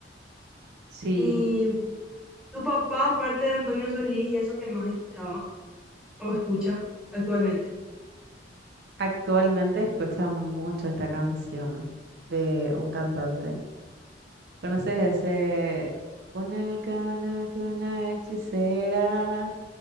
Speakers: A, on the right (about 60°); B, in the centre.
A: Sí,
B: ¿Y tu papá, aparte de Antonio Solís y eso que más escuchaba o escucha actualmente?
A: actualmente escucha mucho esta canción de un cantante. ¿Conoces ese? Una alcana que una hechicera,